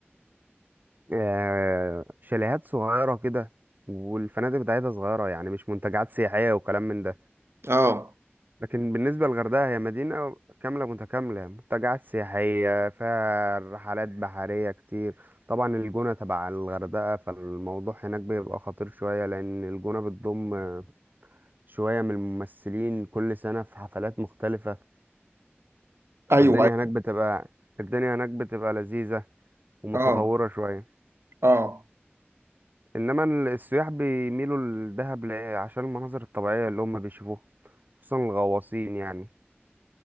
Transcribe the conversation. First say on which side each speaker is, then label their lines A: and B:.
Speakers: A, on the right; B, on the right.
A: آه، شاليهات صغيرة كده والفنادق بتاعتها صغيرة يعني مش منتجعات سياحية وكلام من ده
B: اه
A: لكن بالنسبة للغردقة هي مدينة كاملة متكاملة منتجعات سياحية فيها رحلات بحرية كتير طبعا الجونة تبع الغردقة فالموضوع هناك بيبقى خطير شوية لأن الجونة بتضم شوية من الممثلين كل سنة في حفلات مختلفة
B: ايوه
A: فالدنيا
B: أيوة.
A: هناك بتبقى الدنيا هناك بتبقى لذيذة ومتطورة
B: اه
A: شوية
B: اه
A: إنما ال- السياح بيميلوا لدهب ل- عشان المناظر الطبيعية اللي هم بيشوفوها خصوصا الغواصين يعني